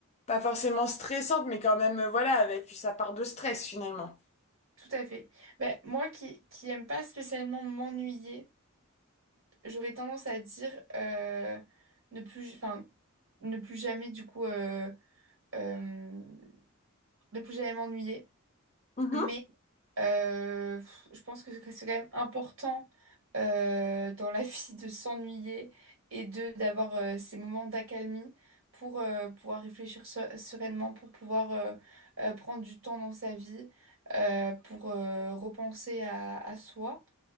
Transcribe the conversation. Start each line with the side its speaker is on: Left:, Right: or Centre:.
Left: pas forcément stressante, mais quand même, euh, voilà, avec sa part de stress, finalement.
Right: tout à fait. Ben, moi qui, qui aime pas spécialement m'ennuyer, j'aurais tendance à dire euh, ne plus, enfin, ne plus jamais du coup... euh, euh, ne plus jamais m'ennuyer.
Left: Mhm.
Right: Mais Euh, pff, je pense que c'est quand même important euh, dans la <laughs> vie de s'ennuyer et de d'avoir euh, ces moments d'accalmie pour euh, pouvoir réfléchir se- sereinement, pour pouvoir euh, euh, prendre du temps dans sa vie, euh, pour euh, repenser à, à soi.